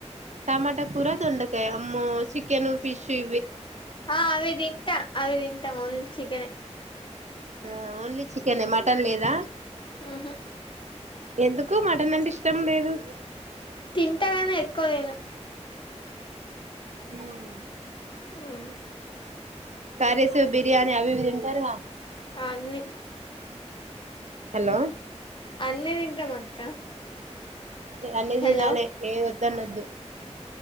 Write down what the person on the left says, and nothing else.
ఆ అవి తింటా అవి తింటా ఓన్లీ చికనే
ఉహు
తింటాగానే ఎక్కువ తినా
హ్మ్
అన్ని
అన్ని తింటాం అక్క
హలో